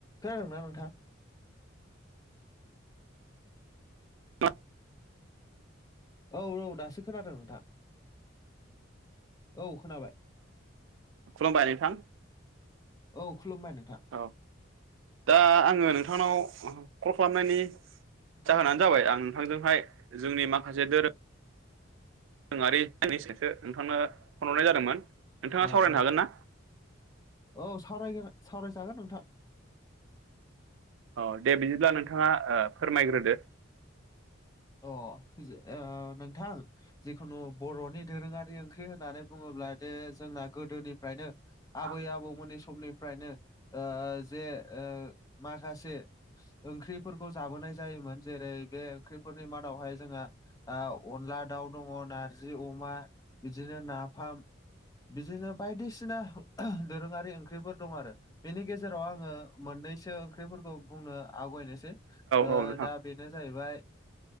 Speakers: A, on the left; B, on the right.
A: खोनादों ना नोंथां?
B: औ
A: औ औ दासो खोनादों नोंथां औ खोनाबाय
B: खुलुमबाय नोंथां
A: औ खुलुमबाय नोंथां
B: औ दा आङो नोंथांनाव कल खालामनायनि जाहोनानो जाबाय आं नोंथांजोंहाय जोंनि माखासे दोरों ङारि <unintelligible> नोंथांनो फन हरनाय जादोंमोन नोंथाङा
A: औ
B: सावरायनो
A: औ
B: हागोन ना?
A: औ सावरायगोन सावरायजागोन नोंथां
B: औ दे बिदिब्ला नोंथाङा फोरमायग्रोदो।
A: अ नोंथां जिखुनु बर'नि दोरोंङारि ओंख्रि होननानै बुंङोब्ला दे जोंना गोदोनिफ्रायनो आबै
B: औ
A: आबौमोननि समनिफ्रायनो ओ जे ओ माखासे ओंख्रिफोरखौ जाबोनाय जायोमोन जेरै बे ओंख्रि फोरनि मादावहाय जोंहा अनला दाउ दङ नारजि अमा बिदिनो नाफाम बिदिनो बायदिसिना दोरोङारि ओंख्रिफोर दं आरो। बेनि गेजेराव आङो मोननैसो ओं बुंनो आवगायनोसै
B: औ नोंथां
A: दा बेनो जाहैबाय